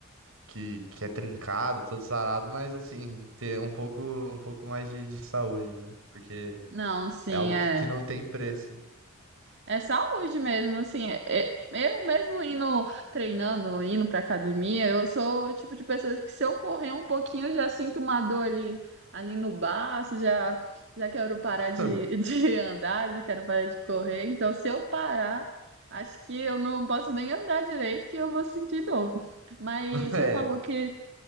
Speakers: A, on the right; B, on the right.
A: que, que é trincado, todo sarado, mas assim, ter um pouco um pouco mais de, de saúde, né? Porque
B: Não, sim,
A: é algo
B: é.
A: que, que não tem preço.
B: É saúde mesmo, assim, é- é- eu mesmo indo treinando, indo pra academia, eu sou o tipo de pessoa que se eu correr um pouquinho, eu já sinto uma dor ali, ali no baço, já, já quero parar de,
A: <laughs>
B: <laughs> de andar, já quero parar de correr, então se eu parar, acho que eu não posso nem andar direito, que eu vou sentir dor. Mas
A: É.
B: você falou que,